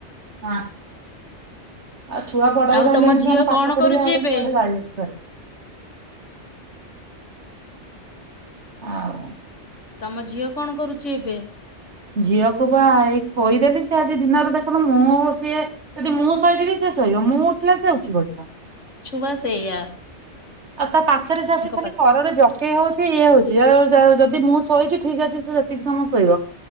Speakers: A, on the right (about 70°); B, on the left (about 85°).
A: ନା ଆଉ ଛୁଆ ପଡ
B: ଆଉ
A: ବଡ
B: ତମ
A: ହେଲାଣି
B: ଝିଅ
A: ସେମାନେେ ପାଠ
B: କଣ
A: ପଢିକି
B: କରୁଛି
A: ଆଉ କୁଆଡେ
B: ଏବେ?
A: ଯାଇ ଆସିପାରିବ ହଁ
B: ତମ ଝିଅ କଣ କରୁଛି ଏବେ?
A: ଝିଅକୁ ବା ଏଇ ଖୋଇଦେଲି ସେ ଆଜି ଦିନରେ ଦେଖନ ମୁଁ ସିଏ ଯଦି ମୁଁ ଶହିଥିବି ସେ ସଇବ ମୁଁ ଉଠିଲେ ସେ ଉଠି ପଡିବ
B: ଛୁଆ ସେୟ
A: ଆଉ ତା ପାଖରେ ଚା ଆସି ଖାଲି
B: ପାଖରେ
A: କରରେ ଜକେଇ ହଉଛି ଇଏ ହଉଛି ଯଦି ମୁଁ ଶୋଇଛି ଠିକ ଅଛି ସେ ସେତିକି ସମୟ ଶୋଇବ